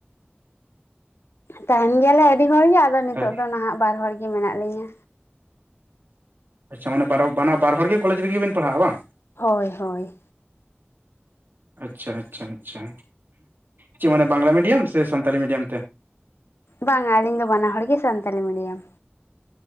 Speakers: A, on the left (about 80°); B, on the right (about 60°).
A: ᱛᱟᱦᱮᱸᱱ ᱜᱮᱭᱟᱞᱮ ᱟᱹᱰᱤ ᱦᱚᱲ ᱜᱮ ᱟᱫᱚ ᱱᱤᱛᱚᱜ
B: ᱦᱮᱸ
A: ᱫᱚ ᱱᱟᱦᱟᱜ ᱵᱟᱨ ᱦᱚᱲ ᱜᱮ ᱢᱮᱱᱟᱜ ᱞᱤᱧᱟᱹ
B: ᱟᱪᱪᱷᱟ ᱢᱟᱱᱮ <unintelligible> ᱵ ᱵᱟᱱᱟ ᱵᱟᱨ ᱦᱚᱲ ᱜᱮ ᱠᱚᱞᱮᱡᱽ ᱨᱮᱜᱮᱵᱮᱱ ᱯᱟᱲᱦᱟᱜᱼᱟ ᱵᱟᱝ?
A: ᱦᱳᱭ ᱦᱳᱭ
B: ᱟᱪᱪᱷᱟ ᱟᱪᱪᱷᱟ ᱟᱪᱪᱷᱟ ᱪᱮᱫ ᱢᱟᱱᱮ ᱵᱟᱝᱞᱟ ᱢᱤᱰᱤᱭᱟᱢ ᱥᱮ ᱥᱟᱱᱛᱟᱞᱤ ᱢᱤᱰᱤᱭᱟᱢ ᱛᱮ
A: ᱵᱟᱝᱟ ᱟᱹᱞᱤᱧ ᱫᱚ ᱵᱟᱱᱟ ᱦᱚᱲ ᱜᱮ ᱥᱟᱱᱛᱟᱞᱤ ᱢᱤᱰᱤᱭᱟᱢ